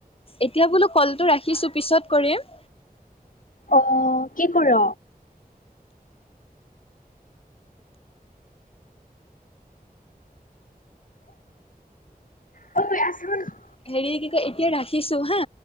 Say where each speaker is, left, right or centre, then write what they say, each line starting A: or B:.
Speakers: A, on the left (about 35°); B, on the left (about 60°).
A: এতিয়া বোলো কলটো ৰাখিছো পিছত কৰিম।
B: অ কি কৰ? ন অই আছিল <unintelligible>
A: হেৰি কি কয় এতিয়া ৰাখিছো হা।